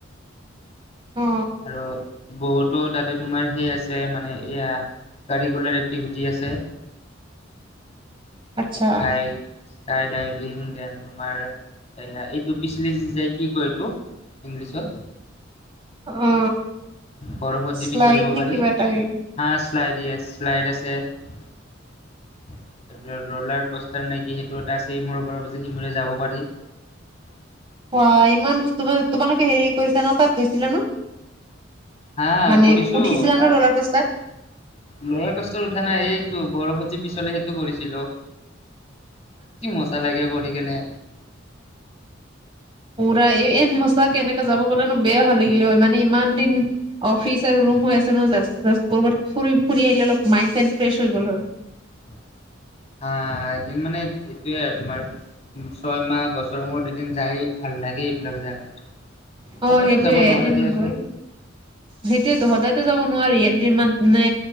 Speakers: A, on the right; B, on the left.
A: অ
B: আৰু বহুতো তাতে তোমাৰ সেই আছে মানে এয়া কাৰিকুলাৰ এক্টিভিটি আছে
A: আচ্ছা
B: কাই স্কাই ডাইভিং দেন তোমাৰ য়া এইটো পিছলি যাই কি কয় তোক ইংলিছত
A: অ
B: ব বৰষুত জীপি
A: শ্লাইড
B: চলিব
A: নে
B: পাৰি
A: কিবা এটা হেৰি
B: হা শ্লাইড শ্লাইড আছে <unintelligible> তাৰপিছ ৰলাৰ কষ্টাৰ নাই কিি সেইটো এটা আছে ই মূৰ পৰা সি মূৰে যাব পাৰি <unintelligible>
A: অ ইমান বস্তু তোমালোকে হেৰি কৰিছা ন তাত গৈছিলা ন
B: হা
A: মানে
B: কৰিছো
A: উঠিছিলা ন ৰলাৰ কষ্টাত
B: লৰা কষ্টত উঠা নাই এই টো বৰষুত দিি পিছলে সেইটো কৰিছিলো কি মজা লাগে কৰি কেনে
A: পুৰা এই এনে সচাকে এনেকে যাব বলে নো বেয়া ভাল লাগিলে হয় মানে ইমান দিন অফিচ ৰুম হৈ আছে নাত ফু ফুৰি আহ অলপ মাইড চ ফ্ৰ হৈ গল হয়
B: <unintelligible> হা এদিন মানে এইটোয়ে আৰু তোমাৰ ছয় মাহ বছৰৰ মূৰত এদিন যায় ভাল লাগে এইবিলাক জেগাত সদায়তো
A: অ সেইটোয়ে
B: যাব নোৱাৰে
A: এদিন
B: দিয়াচোন
A: গৈ সেইটোয়ো সদায়তো যাব নোৱাৰি এদিন মানে